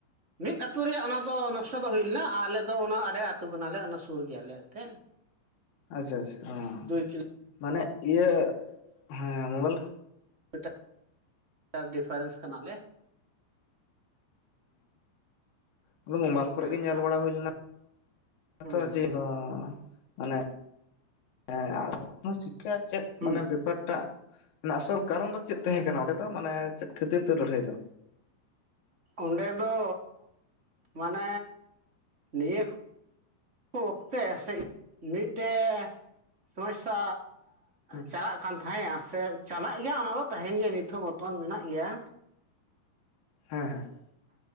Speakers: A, on the right; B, on the left.
A: ᱢᱤᱫ ᱟᱹᱛᱩ ᱨᱮᱭᱟᱜ ᱚᱱᱟ ᱫᱚ ᱱᱚᱥᱴᱚ ᱫᱚ ᱦᱩᱭ ᱞᱮᱱᱟ ᱟᱞᱮ ᱫᱚ ᱚᱱᱟ ᱟᱲᱮ ᱟᱹᱛᱩ ᱠᱟᱱᱟᱞᱮ ᱚᱱᱟ ᱥᱩᱨ ᱜᱮᱭᱟᱞᱮ ᱮᱱᱛᱮ
B: ᱟᱪᱪᱷᱟ ᱟᱪᱪᱷᱟ ᱚᱸ
A: ᱠᱤᱞᱳ
B: ᱢᱟᱱᱮ ᱤᱭᱟᱹ ᱦᱮᱸ ᱢᱚᱵᱟᱭᱤᱞ
A: ᱮᱴᱟᱜ ᱰᱤᱯᱷᱟᱨᱮᱱᱥ ᱠᱟᱱᱟᱞᱮ
B: ᱩ ᱟᱫᱚ ᱢᱳᱵᱟᱭᱤᱞ ᱠᱚᱨᱮ
A: ᱦᱮᱸ
B: ᱜᱮ ᱧᱮᱞ ᱵᱟᱲᱟ ᱦᱩᱭ ᱞᱮᱱᱟ ᱟᱫᱚ
A: ᱦᱩᱸ
B: ᱡᱮ ᱫᱚ ᱢᱟᱱᱮ <inaudible> ᱥᱤᱠᱷᱟ ᱪᱮᱫ
A: ᱦᱩᱸ
B: ᱢᱟᱱᱮ ᱵᱮᱯᱟᱨᱴᱟᱜ ᱟᱥᱚᱞ ᱠᱟᱨᱚᱱ ᱫᱚ ᱪᱮᱫ ᱛᱟᱦᱮᱸ ᱠᱟᱱᱟ ᱚᱸᱰᱮ ᱫᱚ ᱢᱟᱱᱮ ᱪᱮᱫ ᱠᱷᱟᱹᱛᱤᱨ ᱛᱮ ᱞᱟᱹᱲᱦᱟᱹᱭ ᱫᱚ
A: ᱚᱸᱰᱮ ᱫᱚ ᱢᱟᱱᱮ ᱱᱤᱭᱟᱹ ᱚᱠᱛᱮ ᱥᱮ ᱢᱤᱫᱴᱮᱡ ᱥᱚᱢᱚᱥᱥᱟ
B: ᱦᱮᱸ
A: ᱪᱟᱞᱟᱜ ᱠᱟᱱ ᱛᱟᱦᱮᱸᱫ-ᱟ ᱥᱮ ᱪᱟᱞᱟᱜ ᱜᱮᱭᱟ ᱚᱱᱟ ᱫᱚ ᱛᱟᱦᱮᱱ ᱜᱮᱭᱟ ᱱᱤᱛ ᱦᱚᱸ ᱵᱚᱨᱛᱚᱨ ᱢᱮᱱᱟᱜ ᱜᱮᱭᱟ
B: ᱦᱮᱸ